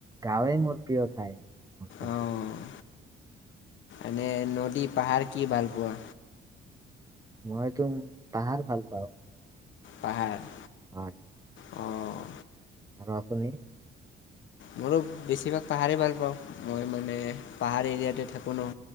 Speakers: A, on the right; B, on the left.
A: গাঁৱে মোৰ প্ৰিয় ঠাই মোৰ কিন্তু
B: অ' এনে নদী পাহাৰ কি ভাল পোৱা
A: মই তো পাহাৰ ভাল পাওঁ মই
B: পাহাৰ
A: হয়
B: অ',
A: আৰু আপুনি
B: মোৰো বেছিভাগ পাহাৰেই ভাল পাওঁ মই মানে পাহাৰ এৰিয়াতে থাকো ন